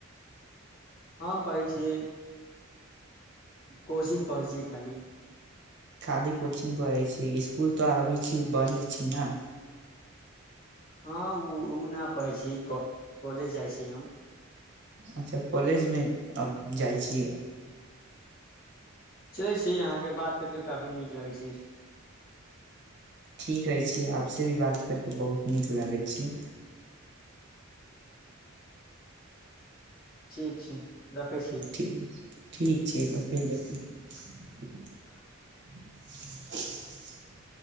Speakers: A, on the left; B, on the right.
A: हम कहै छियै कोचंग पढ़ै छियै खाली
B: खाली कोचिंग पढ़ै छै इसकुल तऽ अभी छी बन्द छी ने
A: हँ ओ ओ नहि पढ़ै छी कॉलेज जाइ छी हम
B: अच्छा कॉलेजमे अब जाइ छी
A: चलै छै अहाँके बात करकेऽ काफी नीक लगै छै
B: ठीक है छी आपसे भी बात करके बहुत नीक लागै छी
A: ठीक छै रखै छी
B: ठी ठीक छै तख <inaudible>
A: ह
B: <inaudible>